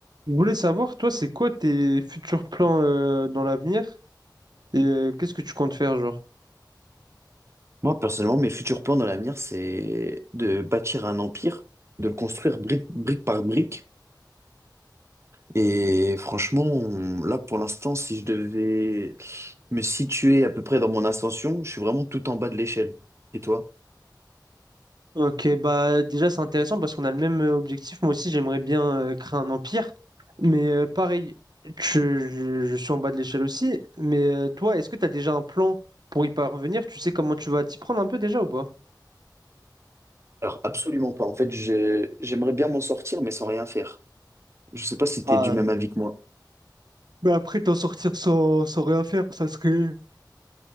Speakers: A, on the right; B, on the right.
A: Je voulais savoir, toi, c'est quoi tes futurs plans euh, dans l'avenir et euh, qu'est-ce que tu comptes faire, genre?
B: Moi, personnellement, mes futurs plans dans l'avenir, c'est de bâtir un empire, de le construire brique, brique par brique. Et franchement, là, pour l'instant, si je devais me situer à peu près dans mon ascension, je suis vraiment tout en bas de l'échelle. Et toi?
A: Ok, bah déjà c'est intéressant parce qu'on a le même euh, objectif. Moi aussi j'aimerais bien euh, créer un empire. Mais euh, pareil, je, je- je suis en bas de l'échelle aussi. Mais euh, toi, est-ce que tu as déjà un plan pour y parvenir? Tu sais comment tu vas t'y prendre un peu déjà ou pas?
B: Alors, absolument pas. En fait, je- j'aimerais bien m'en sortir, mais sans rien faire. Je sais pas si
A: Ah,
B: tu es du même avis que moi.
A: Mais après t'en sortir sans, sans rien faire, ça serait...